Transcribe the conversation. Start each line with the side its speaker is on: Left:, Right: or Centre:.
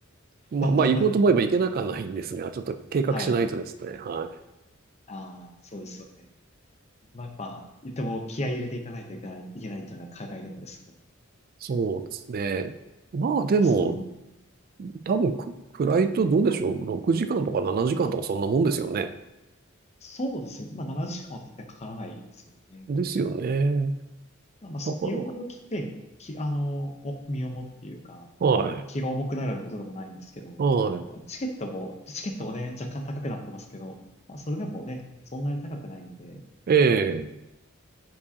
Right: まあ、
Left: た。
Right: まあ、行こうと思えば行けなくはないんですが、ちょっと計画しないとですね、
Left: <laughs> はい。
Right: はい。
Left: ああ、そうですよね。まあ、やっぱ、でも気合い入れていかないといけない、いけないというのが海外旅行です
Right: そうですね。まあ、でも、
Left: そういう、
Right: 多分フフライトどうでしょう ?6 時間とか7時間とかそんなもんですよね。
Left: そうですね。まあ、7時間は絶対かからないですよね。
Right: ですよね。
Left: まあ、まあそう、
Right: だから、
Left: 言うほど来て、き、あの、お、身重っていうか、
Right: はい。
Left: 気が重くなるようなことでもないんですけど、
Right: はい。
Left: チケットも、チケットもね、若干高くなってますけど、まあ、それでもね、そんなに高くないんで、
Right: ええ